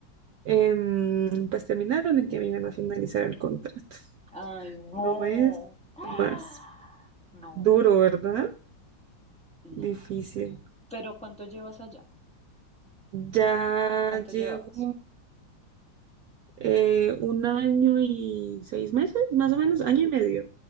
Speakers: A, on the right; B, in the centre.
A: Em, pues terminaron en que me iban a finalizar el contrato.
B: Ay, no.
A: No es
B: ¡Ah!
A: más
B: No,
A: duro, ¿verdad?
B: no,
A: Difícil.
B: no, no. Pero ¿cuánto llevas allá?
A: Ya
B: ¿Cuánto
A: llevo
B: llevabas?
A: eh, un año y seis meses, más
B: Ah,
A: o menos,
B: no.
A: año y medio.